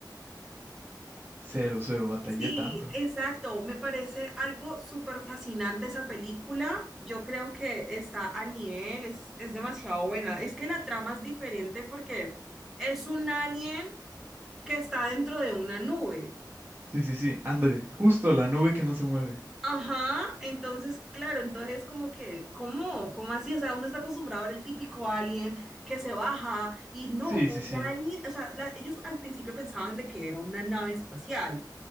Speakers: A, on the right; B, in the centre.
A: Cero, cero, batallé
B: Sí,
A: tanto.
B: exacto, me parece algo súper fascinante esa película. Yo creo que está al nivel, es, es demasiado buena. Es que la trama es diferente porque es un alien que está dentro de una nube.
A: Sí, sí, sí, André, justo la nube que no se mueve.
B: Ajá, entonces, claro, entonces como que, ¿cómo? ¿Cómo así? O sea, uno está acostumbrado a ver el típico alien que se baja y no,
A: Sí,
B: el
A: sí, sí.
B: alien, o sea, la- ellos al principio pensaban de que era una nave espacial